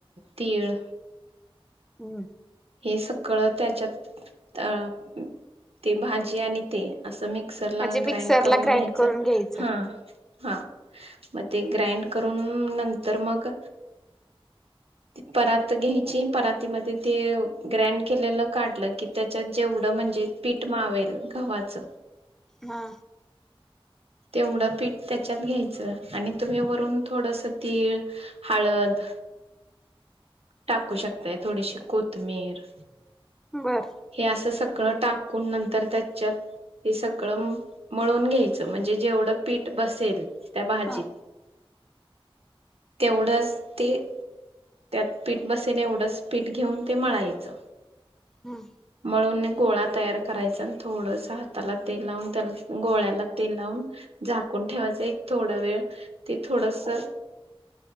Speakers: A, on the right; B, in the centre.
A: तीळ.
B: हम्.
A: हे सगळं त्याच्यात अ ते भाजी आणि ते. असं मिक्सर
B: म्हणजे
A: ला
B: मिक्सरला
A: ग्राइंड करून
B: ग्राइंड
A: घ्यायच
B: करून
A: हम्म.
B: घ्यायचं
A: हा मग ते ग्राइंड करून नंतर मग. परात घ्यायची पराती मध्ये ते. ग्रॅड केलेलं काढलं की त्याच्यात जेवढं म्हणजे पीठ मावेल गव्हाच.
B: हा.
A: तेवढं पीठ त्याच्यात घ्यायचं आणि तुम्ही वरून थोडस तीळ. हळद. टाकू शकताय थोडीशी कोथमीर.
B: बरं.
A: हे असं सगळं टाकून नंतर त्याच्यात. हे सगळं मळून घ्यायचं म्हणजे जेवढं पीठ बसेल. त्या भाजीत
B: हा
A: तेवढंच ते. त्यात पीठ बसेल एवढंच पीठ घेऊन ते मळायचं.
B: हम.
A: मळून गोळा तयार करायचा अन थोडसं हाताला तेल लावून त्या गोळ्याला तेल लावून. झाकून ठेवायचं एक थोडा वेळ ते थोडसं.